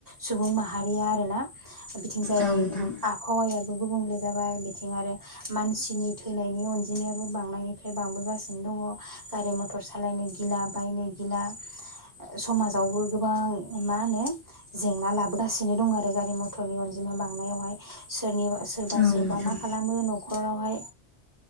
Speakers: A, on the right; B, on the left.
A: सुबुं माहारिया आरोना बिथिं जाय
B: औ नोंथां
A: आबहावायाबो गुबुंले जाबाय बिथिं आरो मानसिनि थैनायनि अनजि बिदिनियाबो बांनायनिफ्राय बांबोगासिन नो दङ गारि मथर सालायनो गिला बायनो गिला समाजावबो गोबां मा होनो जेंना लाबोगासिनो दं आरो गारि मथरनि अनजिमा बांनायावहाय सोरनिबा सोरबा
B: औ
A: सोरबा
B: नोंथां
A: मा खालामो न'खरावहाय